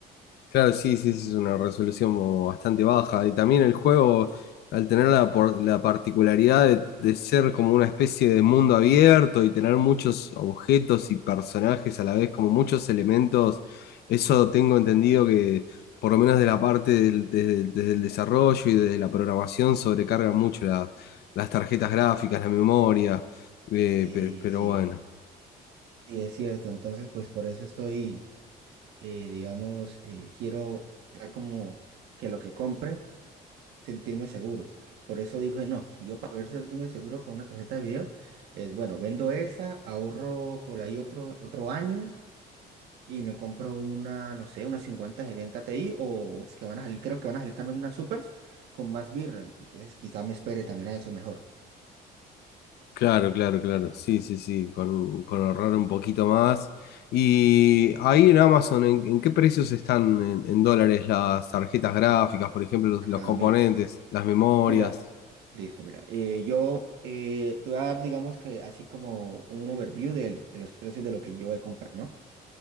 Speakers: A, on the left; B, on the right.
A: Claro, sí, sí, sí, es una resolución mo- bastante baja. Y también el juego, al tener la, por- la particularidad de, de ser como una especie de mundo abierto y tener muchos objetos y personajes a la vez, como muchos elementos, eso tengo entendido que, por lo menos de la parte del, desde, desde el desarrollo y desde la programación, sobrecargan mucho la- las tarjetas gráficas, la memoria, eh,
B: Sí,
A: pe- pero
B: sí,
A: bueno.
B: sí, es cierto. Entonces, pues por eso estoy, eh, digamos, eh, quiero dejar como que lo que compre. sentirme seguro. Por eso dije, no, yo para poder sentirme seguro con una tarjeta de video, es bueno, vendo esa, ahorro por ahí otro, otro año y me compro una, no sé, una cincuenta setenta Ti o unas que van a salir, creo que van a salir también unas Supers con más VRAM. Entonces quizá me espere también a eso mejor.
A: Claro, claro, claro. Sí, sí, sí, con, con ahorrar un poquito más. Y ahí en Amazon, ¿en, en qué precios están en, en dólares las tarjetas gráficas, por ejemplo, los,
B: Ajá,
A: los componentes,
B: mira,
A: las memorias?
B: mira, listo, mira. eh, yo eh, te voy a dar, digamos que así como un overview del- de, los precios de lo que yo he comprado, ¿no?